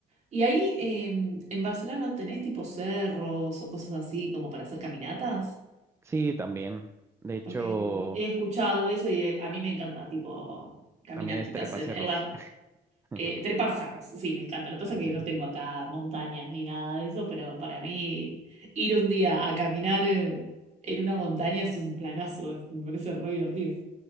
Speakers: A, on the right; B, on the right.
A: ¿Y ahí em, en Barcelona no tenés tipo cerros o cosas así como para hacer caminatas?
B: Sí, también. De hecho,
A: Porque em, he escuchado eso y eh, a mí me encanta, tipo caminatitas
B: también es trepacerros.
A: en, en la...
B: <laughs>
A: eh, trepar cerros, sí, me encanta. Lo que pasa es que
B: Sí.
A: no tengo acá montañas ni nada de eso, pero para mí ir un día a caminar eh, en una montaña es un planazo, es- me parece re divertido.